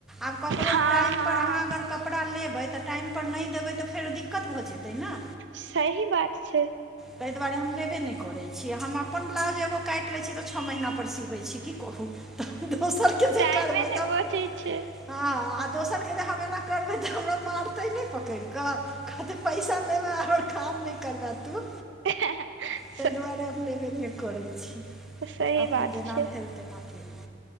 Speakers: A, in the centre; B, on the right.
A: आब ककरो
B: हँ
A: टाइम
B: हँ
A: पर अहाँ अगर कपड़ा लेबै तऽ टाइम पर नैय देबै, तऽ फेर दिक्कत भऽ जेतै ने।
B: सही बात छै।
A: तैय दुआरे हम लेबे नै करैय छी, हम अपन ब्लाउज एगो काइट लैय छी, तऽ छः महीनापर सिबैय छी की कहू। दोसरके जे
B: टाइमे
A: करबै
B: नहि
A: तऽ
B: बचै छै
A: हँ आ दोसरके जे हम एना करबै तऽ, हमरा मारतै नैय पकड़ कऽ कहतै पैसा लैबे हमर काम नै करबे तू
B: ह ह ह
A: तै दुआरे हम लेबे नय करैय छी,
B: सही
A: अपन
B: बात
A: जेना
B: छै
A: भेल तेना केलु।